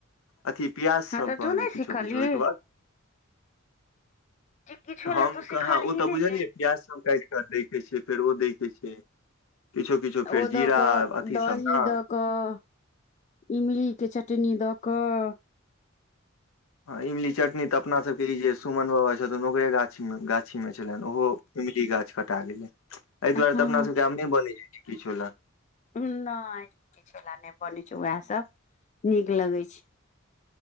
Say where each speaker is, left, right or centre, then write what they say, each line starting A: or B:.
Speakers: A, on the left; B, on the left.
A: अथी प्याज सब
B: हँ तऽ
A: कहली
B: तू नहि
A: किछो
B: सिखलही
A: किछो ओहिकेँ बाद
B: जे किछो
A: हम
B: लए तू
A: कहाँ
B: सिखलही
A: ओ तऽ
B: नहि
A: बुझलियै
B: से
A: प्याज सब काइट कऽ दैय कऽ छै फेर ओ दैय कऽ छै किछो किछो फेर
B: ओ
A: जीरा
B: द कऽ
A: अथी
B: दही
A: सब ने
B: द कऽ इमली केँ चटनी द कऽ
A: हँ इमली चटनी तऽ अपना सबके ई जे सुमन बाबा छथुन ओकरे गाछीमे गाछीमे छलैन उहो इमली गाछ कटा गेलै एय दुआरे
B: हँ
A: तऽ अपना सभ केँ आब नय बनै छै टिक्की छोला
B: नय किछो लऽ नय बनै छै वैह सब नीक लगे छै